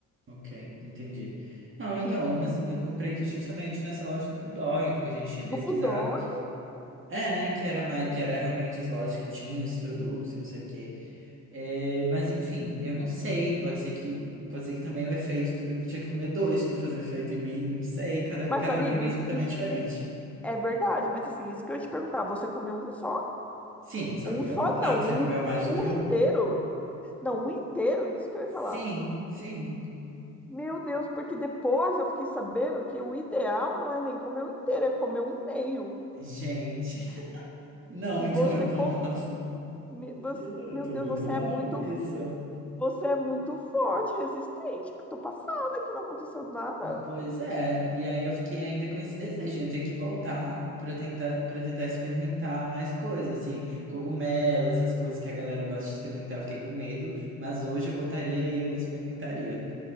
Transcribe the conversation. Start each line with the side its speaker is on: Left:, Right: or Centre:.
Right: Ok, entendi. Não,
Centre: Que,
Right: então, mas
Centre: que
Right: eu comprei justamente nessa loja do Bulldog, porque a gente tinha
Centre: do
Right: pesquisado
Centre: Bulldog.
Right: que é, que era mais, que era realmente as lojas que tinham esses produtos e não sei o quê. É, mas enfim, eu não sei, pode ser que pode ser que também o efeito eu tinha que comer dois para fazer o efeito em mim, não sei, cada,
Centre: Mas,
Right: cada
Centre: amigo,
Right: organismo
Centre: e- e
Right: também é diferente.
Centre: é verdade. Mas assim, isso que eu ia te perguntar, você comeu um só?
Right: Sim, só
Centre: Um
Right: comeu
Centre: só
Right: um. Ah,
Centre: não,
Right: você
Centre: um,
Right: comeu mais
Centre: um
Right: do que um?
Centre: inteiro. Não, um inteiro, isso que eu ia falar.
Right: Sim, sim.
Centre: Meu Deus, porque depois eu fiquei sabendo que o ideal não é nem comer um inteiro, é comer um meio.
Right: Gente, <laughs> não,
Centre: E
Right: então
Centre: você
Right: eu tô,
Centre: como,
Right: <laughs> nossa,
Centre: me- você-
Right: eu
Centre: meu
Right: tô
Centre: Deus,
Right: muito
Centre: você
Right: mal
Centre: é muito,
Right: com isso.
Centre: você é muito forte, resistente. Tô passada que não aconteceu nada.
Right: Pois é, e aí eu fiquei ainda com esse desejo, de eu ter que voltar para tentar para tentar experimentar mais coisas, assim, cogumelo, essas coisas que a galera gosta de experimentar, eu fiquei com medo, mas hoje eu voltaria e eu experimentaria.